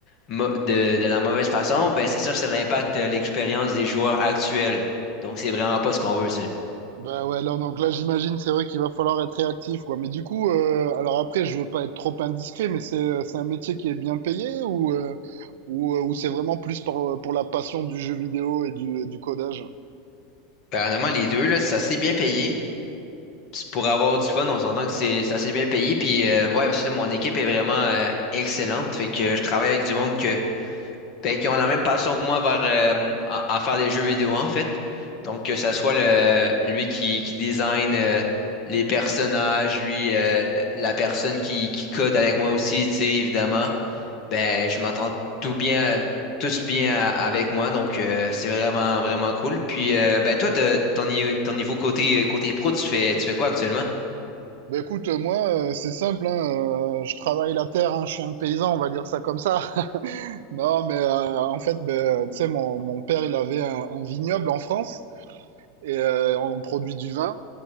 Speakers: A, on the left; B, on the right.
A: mo- de, de la mauvaise façon, ben, c'est sûr que ça impacte euh, l'expérience des joueurs actuels. Donc, c'est vraiment pas ce qu'on veut, ça.
B: Bah ouais, là, donc là, j'imagine, c'est vrai qu'il va falloir être réactif, quoi. Mais du coup, euh, alors après, je veux pas être trop indiscret, mais c'est, euh, c'est un métier qui est bien payé ou, euh, ou, euh, ou c'est vraiment plus pour, pour la passion du jeu vidéo et du, euh, du codage?
A: Apparemment, les deux, là, c'est assez bien payé. Puis pour avoir du fun, on s'entend que c'est c'est assez bien payé. Puis euh, ouais, c'est ça, mon équipe est vraiment euh, excellente. Fait que je travaille avec du monde que, ben, qui ont la même passion que moi vers, euh, à, à faire des jeux vidéo en fait. Donc que ça soit le lui qui, qui design euh, les personnages, lui euh, la personne qui, qui code avec moi aussi, tu sais, évidemment. Ben je m'entends tout bien, tous bien à- avec moi. Donc euh, c'est vraiment vraiment cool. Puis euh, ben toi, de ton, ni- ton niveau côté côté pro, tu fais tu fais quoi actuellement?
B: Bah écoute, euh, moi, euh, c'est simple, hein, euh, je travaille la terre, hein, je suis un paysan, on va dire ça comme ça. <laughs> Non, mais euh, en fait, ben, tu sais, mon, mon père, il avait un, un vignoble en France et euh, on produit du vin.